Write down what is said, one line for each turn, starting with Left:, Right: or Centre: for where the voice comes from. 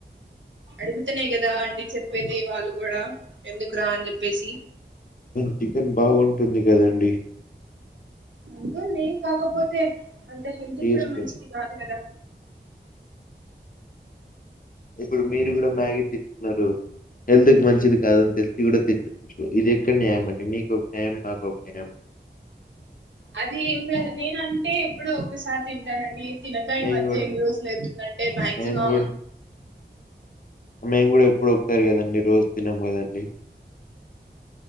Right: అడుగుతనే కదా అండి చెప్పేది వాళ్ళు కూడా ఎందుకురా అని చెప్పేసి
Left: టిఫిన్ బాగుంటుంది కదండి
Right: ఉంటుంది కాకపోతే అంటే హెల్త్
Left: టేస్ట్
Right: కూడా మంచిది కాదు కదా
Left: ఇప్పుడు మీరు కూడా మ్యాగీ తింటున్నారు హెల్త్ మంచిది కాదని తెలిసి కూడా తింటున్న రు ఇదెక్కడి న్యాయం అండి మీకొక న్యాయం మాకో న్యాయం
Right: అది ఏం లేదు నేనంటే ఎప్పుడో ఒకసారి తింటా అండి తినకా ఈ
Left: మేము
Right: మధ్య
Left: కూడా
Right: ఎన్ని రోజులు అవుతుందంటే మాక్సిమం
Left: మేము కూడా మేము గూడా ఎప్పుడు ఒకసారి కదండి రోజ్ తినం కదండీ